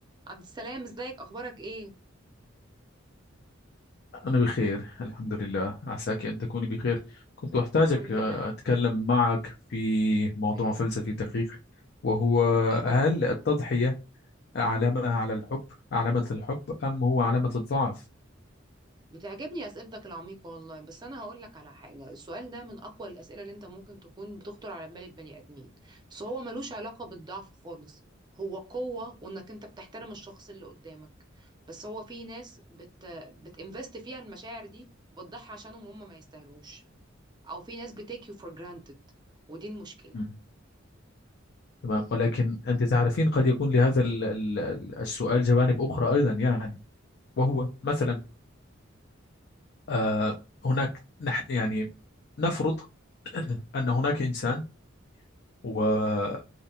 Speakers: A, on the right (about 20°); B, on the left (about 55°).
A: عبد السلام ازيك اخبارك ايه
B: أنا بخير الحمد لله عساك أن تكوني بخير كنت أحتاجك
A: الحمد
B: آه،
A: لله
B: أتكلم معك في موضوع
A: ايه
B: فلسفي دقيق وهو
A: ايه هو
B: هل التضحية علامة على الحب علامة الحب أم هو علامة الضعف
A: بتعجبني اسئلتك العميقه والله بس انا هقول لك على حاجه السؤال ده من اقوى الاسئله اللي انت ممكن تكون بتخطر على بال البني ادمين بس هو ملوش علاقه بالضعف خالص هو قوه وانك انت بتحترم الشخص اللي قدامك بس هو في ناس بت بتinvest فيها المشاعر دي وبتضحي عشانهم هم ما يستاهلوش او في ناس بتيك يو فور جرانتد ودي المشكله
B: مم. تمام ولكن أنت تعرفين قد يكون لهذا ال- ال- ال- السؤال جوانب أخرى أيضا يعني وهو مثلا آه، هناك نحن يعني نفرض أن هناك إنسان و